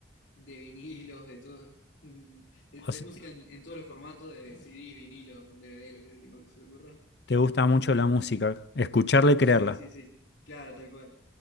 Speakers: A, on the left; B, on the left.
A: de vinilos, de todo, <laughs> de,
B: O
A: de
B: sea,
A: música en, en todos los formatos, de CD, vinilo, DVD, lo que se te, lo que se te ocurra.
B: te gusta mucho la música, escucharla y
A: Sí,
B: creerla.
A: sí, sí. Claro, tal cual.